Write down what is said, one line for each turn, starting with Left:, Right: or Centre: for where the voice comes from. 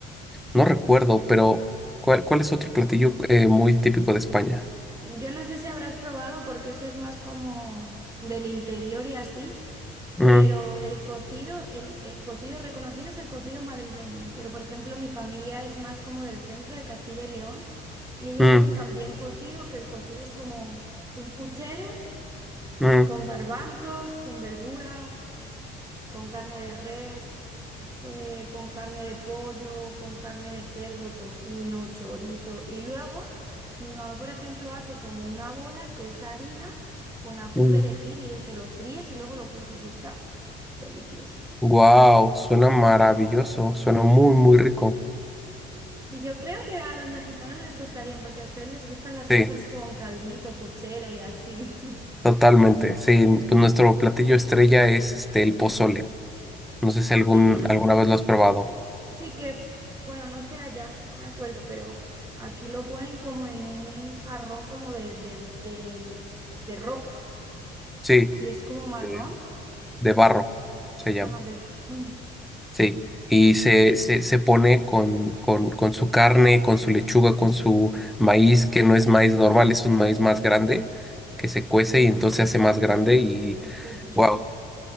Centre: no recuerdo, pero ¿cuál, cuál es otro platillo eh, muy típico de España?
Right: Yo no sé si habrás probado porque eso es más como del interior y así.
Centre: Mm,
Right: Pero el cocido, el, el cocido reconocido es el cocido madrileño. Pero, por ejemplo, mi familia es más como del centro de Castilla y León y ellos
Centre: mm,
Right: hacen también cocido, que el cocido es como un puchero
Centre: mm,
Right: con garbanzos, con verdura, con carne de res, eh, con carne de pollo, con carne de cerdo, tocino, chorizo. Y luego mi mamá, por ejemplo, hace como una bola que es harina con ajo
Centre: mm.
Right: y perejil y eso lo fríes y luego lo cueces y está delicioso.
Centre: Wow, suena maravilloso,
Right: Sí.
Centre: suena muy, muy rico.
Right: Y yo creo que a los mexicanos les gustaría, porque a ustedes les gustan las
Centre: Sí,
Right: cosas con caldito, puchero y así. <laughs> Sí.
Centre: totalmente. Sí, pues nuestro platillo estrella es este el pozole. No sé si
Right: Ah,
Centre: algún,
Right: sí.
Centre: alguna vez lo has probado.
Right: Sí que, bueno, no sé allá, no me acuerdo, pero aquí lo ponen como en un jarrón como de, de, de, de rock
Centre: Sí.
Right: y es como marrón.
Centre: de, de barro, se llama.
Right: Ajá, de... mm,
Centre: Sí. Y se, se, se pone con, con, con su carne, con su lechuga, con su maíz, que no es maíz normal, es un maíz más grande, que se cuece y entonces se hace más grande y
Right: me acuerdo, sí.
Centre: wow.